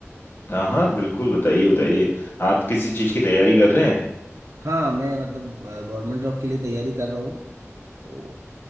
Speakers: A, on the left; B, on the right.
A: हाँ हाँ बिल्कुल बताइए बताइए आप किसी चीज़ की तैयारी कर रहे हैं
B: हाँ मैं मतलब गवर्नमेंट जॉब के लिए तैयारी कर रहा हूँ तो